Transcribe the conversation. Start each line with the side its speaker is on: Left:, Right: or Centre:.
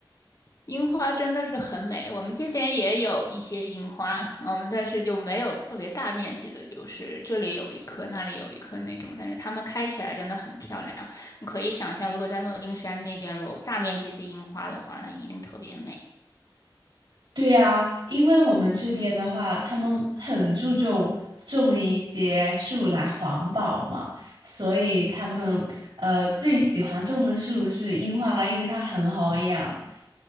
Left: 樱花真的是很美，我们这边也有一些樱花，嗯，但是就没有特别大面积的，就是这里有一棵，那里有一棵那种，但是它们开起来真的很漂亮。你可以想象，如果在诺丁山那边如果有大面积的樱花的话，那一定特别美。
Right: 对呀，因为我们这边的话，他们很注重种一些树来环保嘛，所以他们呃最喜欢种的树是樱花，因为它很好养。